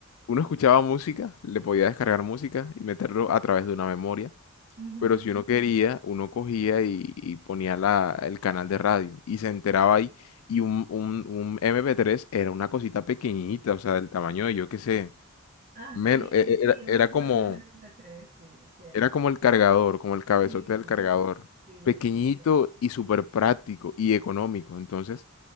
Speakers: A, on the left (about 70°); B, on the right (about 35°).
A: uno escuchaba música, le podía descargar música y meterlo a través de una memoria
B: ujú.
A: pero si uno quería, uno cogía y, y ponía la, el canal de radio y se enteraba ahí. Y un, un, un MP3 era una cosita pequeñita, o sea, del tamaño de yo qué sé.
B: Ah,
A: Menos,
B: sí,
A: e- e-
B: sí,
A: era,
B: yo
A: era
B: me acuerdo
A: como,
B: del 93, sí, cierto.
A: era como el cargador, como el cabezote
B: Sí,
A: del cargador.
B: sí,
A: Pequeñito
B: es cierto.
A: y súper práctico y económico. Entonces,